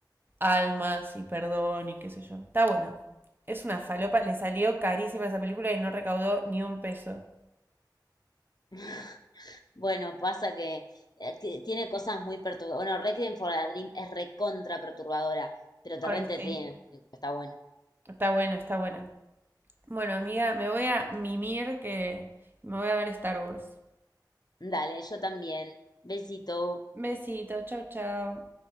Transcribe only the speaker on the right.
almas y perdón y qué sé yo. Está buena. Es una falopa, le salió carísima esa película y no recaudó ni un peso.
Ay, sí.
Está buena, está buena. Bueno, amiga, me voy a mimir que me voy a ver Star Wars.
Besito, chau, chau.